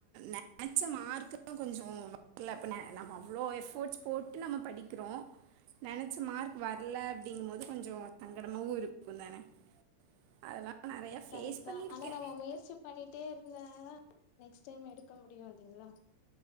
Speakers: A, on the right (about 80°); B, on the left (about 80°).
A: நெனச்ச மார்க்குதா கொஞ்சம் இல்ல அப்ப ந நம்ம அவ்ளோ எஃபர்ட்ஸ் போட்டு நம்ம படிக்கிறோ நெனைச்ச மார்க் வரல அப்படிங்கும் போது கொஞ்சம் சங்கடமாவும் இருக்கும் தானே அதெல்லா நெறையா ஃபேஸ்
B: கரெக்ட்தா
A: பண்ணியிருக்கே
B: ஆனா நம்ம முயற்சி பண்ணிட்டே இருந்த தான் நெக்ஸ்ட் டைம் எடுக்க முடியும் இல்லைங்களா